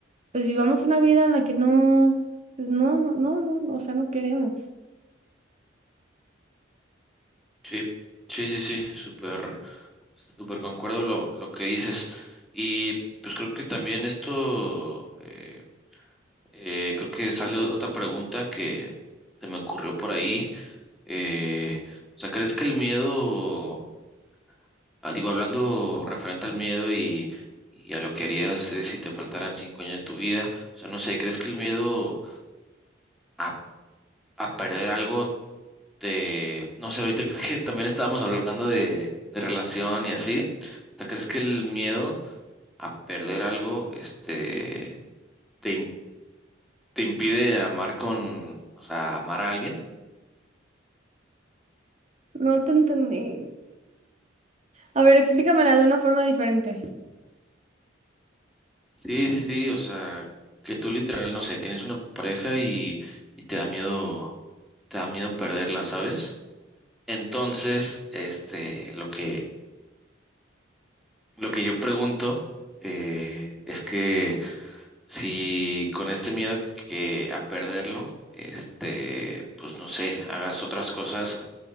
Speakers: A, on the right (about 35°); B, in the centre.
A: pues vivamos una vida en la que no, pues no, no, no, no, o sea, no queremos.
B: Sí, sí, sí, sí, súper, súper concuerdo lo, lo que dices. Y pues creo que también esto, eh, eh, creo que sale otra pregunta que se me ocurrió por ahí Eh, o sea, ¿crees que el miedo, ah, digo, hablando referente al miedo y, y a lo que harías eh, si te faltaran cinco años de tu vida, o sea, no sé, ¿crees que el miedo a, a perder algo te, no sé, ahorita <laughs> creo que también estábamos hablando de, de relación y así, o sea, ¿crees que el miedo a perder algo, este, te, im- te impide amar con, o sea, amar a alguien?
A: No te entendí. A ver, explícamela de una forma diferente.
B: Sí, sí, sí, o sea, que tú literal, no sé, tienes una pareja y, y te da miedo, te da miedo perderla, ¿sabes? Entonces, este, lo que, lo que yo pregunto eh, es que si con este miedo que a perderlo, este, pues no sé, hagas otras cosas,